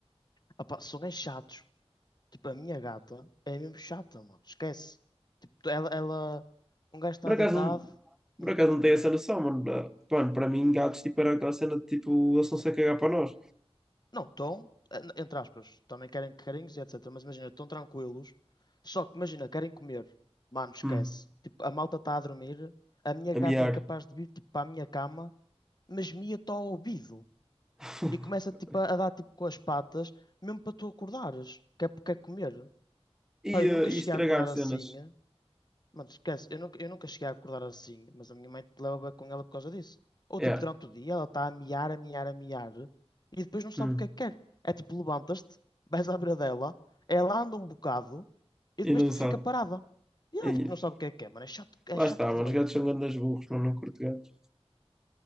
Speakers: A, on the left; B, in the centre.
A: Ah, pá, são é chatos. Tipo, a minha gata é mesmo chata, mano. Esquece. Tipo, ela, ela, um gajo está
B: Por acaso,
A: deitado.
B: não- por
A: hum.
B: acaso não tem essa noção, mano. Mano, para mim, gatos, tipo, era aquela cena de, tipo, eles estão-se a cagar para nós.
A: Não, estão, eh, entre aspas, também querem carinhos e etc. Mas imagina, estão tranquilos. Só que imagina, querem comer. Mano, esquece.
B: Hum,
A: Tipo, a malta está a dormir. A minha
B: a miar.
A: gata é capaz de vir tipo, para a minha cama, mas mia-te ao ouvido.
B: <laughs>
A: E começa tipo, a a dar tipo com as patas, mesmo para tu acordares. Que é porque é comer.
B: E,
A: Pá, eu
B: eh,
A: nunca cheguei
B: e estragar
A: a acordar
B: cenas.
A: assim. Mano, esquece, eu nunca, eu nunca cheguei a acordar assim, mas a minha mãe te leva com ela por causa disso. Ou
B: É.
A: tipo, durante o dia ela está a miar, a miar, a miar, e depois não sabe
B: Hum.
A: o que é que quer. É tipo, levantas-te, vais à beira dela, ela anda um bocado, e
B: E
A: depois
B: não
A: tipo,
B: sabe.
A: fica parada. E ela
B: E-
A: tipo, não sabe o que é que quer, mano, é chato, é
B: lá
A: chato
B: está, mano.
A: que dói.
B: Os gatos são grandes burros, mano. Não curto gatos.